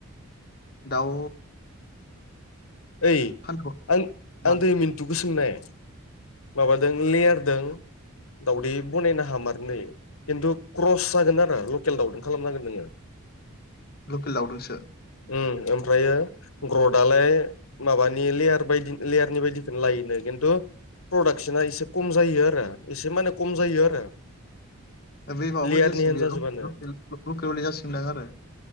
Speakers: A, on the left; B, on the left.
A: दाउ
B: ओइ
A: फानथ
B: आं
A: मा
B: आं दै मिन्थुखौ सोंनाय माबादों लेयारदों दाउदै बनायनो हामारनो। खिन्थु क्रस जागोन आरो लकेल दाउदों खालामनांगोन नोङो।
A: लकेल दावदोंसो?
B: उम। ओमफ्रायो ग्रदालाय माबानि लेयार बायदि लेयारनि बायदिखो लायोनो खिन्थु प्रडाक्सना एसे खम जायो आरो, एसे माने खम जायो आरो।
A: बे माबाबादि
B: लेयारनि
A: जासिगोन
B: हेन
A: बेयो
B: जाजोबानो
A: लक-लकेल लक-लकेलबादि जासिगोनदां आरो।